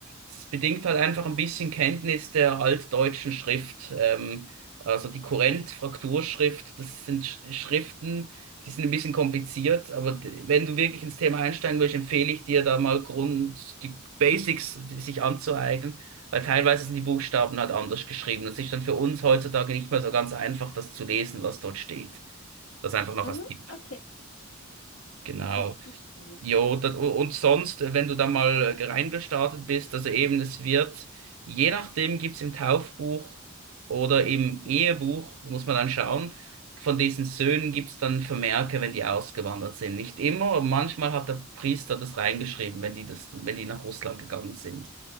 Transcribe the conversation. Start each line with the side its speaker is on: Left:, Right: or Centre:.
Right: Es bedingt halt einfach ein bisschen Kenntnis der altdeutschen Schrift, ähm, also die Kurrent-Frakturschrift. Das sind Sch- Schriften, die sind ein bisschen kompliziert, aber d- wenn du wirklich ins Thema einsteigen willst, empfehle ich dir da mal Grund, die Basics sich anzueignen. Weil teilweise sind die Buchstaben halt anders geschrieben. Es ist dann für uns heutzutage nicht mehr so ganz einfach, das zu lesen, was dort steht. Das einfach noch
Left: Mhm,
Right: als Tipp.
Left: okay.
Right: Genau.
Left: Okidoki.
Right: Jo, das, und sonst, wenn du da mal äh, reingestartet bist, also eben, es wird, je nachdem gibt's im Taufbuch oder im Ehebuch, muss man dann schauen, von diesen Söhnen gibt's dann Vermerke, wenn die ausgewandert sind. Nicht immer, aber manchmal hat der Priester das reingeschrieben, wenn die das, wenn die nach Russland gegangen sind.